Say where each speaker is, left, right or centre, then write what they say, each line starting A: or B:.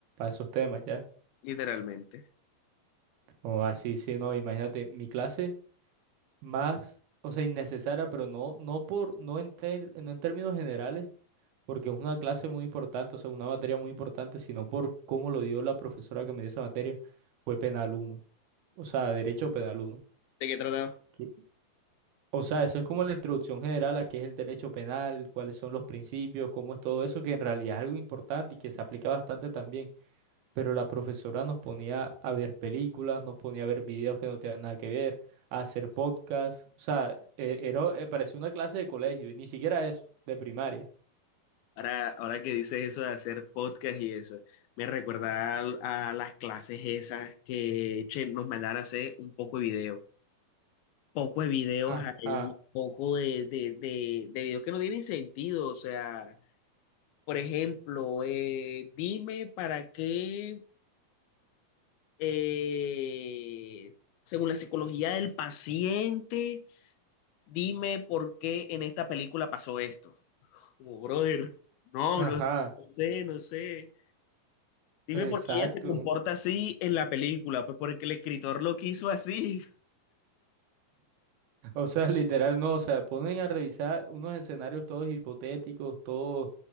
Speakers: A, on the right (about 85°); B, on the left (about 85°).
A: esos temas ya.
B: literalmente.
A: O así, sí, no, imagínate, mi clase más, o sea, innecesaria, pero no, no por, no en, ter- no en términos generales porque es una clase muy importante, o sea, una materia muy importante, sino por cómo lo dio la profesora que me dio esa materia, fue penal uno o sea, derecho penal uno
B: ¿De qué trataba?
A: ¿Qué? O sea, eso es como la introducción general a qué es el derecho penal, cuáles son los principios, cómo es todo eso, que en realidad es algo importante y que se aplica bastante también. Pero la profesora nos ponía a ver películas, nos ponía a ver videos que no tenían nada que ver, a hacer podcasts. O sea, eh, era, eh, parecía una clase de colegio y ni siquiera eso, de primaria.
B: Ahora, ahora que dices eso de hacer podcast y eso, me recuerda a, a las clases esas que che, nos mandaban a hacer un poco de video. Poco de videos
A: Ajá,
B: ahí, poco de, de, de de videos que no tienen sentido, o sea. Por ejemplo, eh, dime para qué, eh, según la psicología del paciente, dime por qué en esta película pasó esto. Como, brother, no,
A: ajá,
B: no, no sé, no sé. Dime
A: exacto.
B: por qué ella se comporta así en la película, pues porque el escritor lo quiso así.
A: O sea, <laughs> literal, no, o sea, ponen a revisar unos escenarios todos hipotéticos, todos,